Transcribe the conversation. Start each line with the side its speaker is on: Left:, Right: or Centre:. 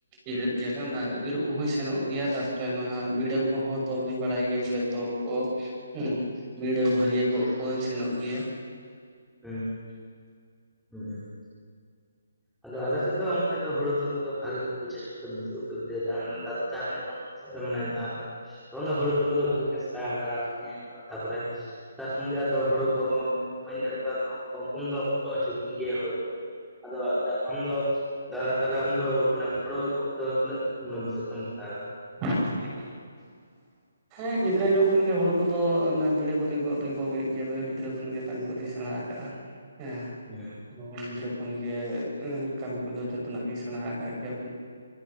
Right: ᱤᱨ ᱮᱫ ᱜᱮᱭᱟᱞᱮ ᱚᱱᱟ ᱤᱨᱚᱜ ᱠᱚᱦᱚᱧ ᱥᱮᱱᱚᱜ ᱜᱮᱭᱟ, ᱛᱟᱨᱯᱚᱨᱮ ᱱᱚᱣᱟ ᱵᱤᱸᱰᱟᱹ ᱠᱚᱦᱚᱸ ᱛᱚᱞ ᱫᱚᱧ ᱵᱟᱲᱟᱭ ᱜᱮᱭᱟ ᱵᱤᱸᱰᱟᱹ ᱛᱚᱞ ᱠᱚ। ᱦᱮᱸ᱾ ᱵᱤᱸᱰᱟᱹ ᱵᱷᱟᱹᱨᱭᱟᱹ ᱜᱚᱜ ᱠᱚᱧ ᱥᱮᱱᱚᱜ ᱜᱮᱭᱟ।
Centre: ᱦᱮᱸ। <unintelligible> ᱟᱫᱚ ᱟᱞᱮ ᱫᱚ ᱚᱱᱠᱟ ᱫᱚ ᱦᱩᱲᱩ ᱛᱚᱞ ᱠᱚᱫᱚ ᱵᱷᱟᱜᱤ ᱠᱚ ᱵᱩᱡᱷᱟᱹᱣᱟ <unintelligible> ᱫᱟᱫᱩ ᱛᱟᱦᱮᱸ ᱠᱟᱱᱟ ᱡᱮᱢᱚᱱ ᱼᱼ ᱥᱮᱫ ᱨᱮ ᱢᱚᱱᱮ ᱫᱟᱞ, ᱦᱩᱲᱩ ᱛᱚᱞ ᱠᱚᱫᱚ ᱵᱷᱟᱜᱤ ᱜᱮ ᱥᱮᱬᱟ ᱵᱟᱲᱟ ᱠᱟᱹᱫᱤᱧᱟᱭ। <unintelligible> ᱛᱟᱯᱚᱨᱮ ᱛᱟᱨ ᱥᱚᱝᱜᱮ ᱟᱫᱚ ᱦᱩᱲᱳ ᱜᱚᱜ ᱦᱚᱸ ᱵᱟᱹᱧ ᱫᱟᱲᱮ ᱠᱚᱣᱟ। ᱛᱚ ᱠᱚᱢ ᱠᱚᱢ ᱫᱚ ᱜᱚᱜ ᱦᱚᱪᱚ ᱼᱼ ᱤᱧ ᱜᱮᱭᱟᱭ ᱦᱩᱲᱩ ᱠᱚ᱾ ᱟᱫᱚ, ᱟᱢ ᱫᱚ ᱼᱼ ᱫᱟᱫᱟ ᱛᱟᱦᱟᱞᱮ ᱟᱢᱫᱚ ᱢᱟᱱᱮ ᱦᱳᱲᱳ ᱜᱚᱜ ᱠᱚᱫᱚ ᱛᱤᱱᱟᱹᱜ ᱢᱟᱱᱮ ᱵᱩᱥᱟᱹᱜ ᱠᱷᱚᱱᱮᱢ ᱥᱮᱬᱟ ᱠᱟᱫᱟ?
Right: <unintelligible> ᱦᱮᱸ ᱜᱤᱫᱽᱨᱟᱹ ᱧᱚᱜ ᱠᱷᱚᱱ ᱜᱮ, ᱦᱩᱲᱩ ᱠᱚᱫᱚ ᱚᱱᱟ ᱵᱤᱸᱰᱟᱹ ᱠᱚᱫᱚᱧ ᱜᱚᱜ ᱫᱚᱧ ᱜᱚᱜᱮᱫ ᱜᱮᱭᱟ ᱜᱤᱫᱽᱨᱟᱹ ᱠᱷᱚᱱ ᱜᱮ ᱠᱟᱹᱢᱤ ᱠᱚᱫᱚᱧ ᱥᱮᱸᱬᱟ ᱟᱠᱟᱜᱼᱟ। ᱦᱮᱸ।
Centre: ᱦᱮᱸ।
Right: ᱜᱤᱫᱽᱨᱟᱹ ᱠᱷᱚᱱ ᱜᱮ ᱠᱟᱹᱢᱤ ᱠᱚᱫᱚ ᱡᱷᱚᱛᱚᱱᱟᱜ ᱜᱤᱧ ᱥᱮᱸᱬᱟ ᱟᱠᱟᱫ ᱜᱮᱭᱟ।